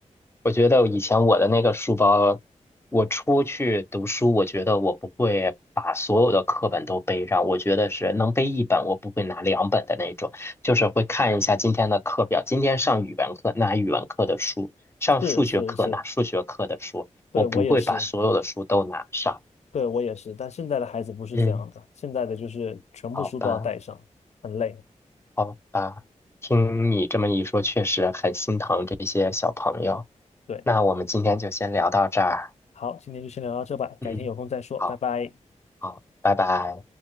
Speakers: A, on the left; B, on the left.
A: 我觉得以前我的那个书包，我出去读书，我觉得我不会把所有的课本都背上，我觉得是能背一本，我不会拿两本的那种，就是会看一下今天的课表，今天上语文课拿语文课的书，上数学课拿数学课的书，
B: 是是是，对，
A: 我不会把所有的书都拿上。
B: 我也是，对，我也是，但现在的孩子不是这样的，
A: 嗯，
B: 现在的就是全部书都要带上，
A: 好吧，
B: 很累。
A: 好吧，听你这么一说，确实很心疼这些小朋友。
B: 对，
A: 那我们今天就先聊到这儿。
B: 好，今天就先聊到这吧，
A: 嗯。
B: 改天有空再说，
A: 好。
B: 拜拜。
A: 好，拜拜。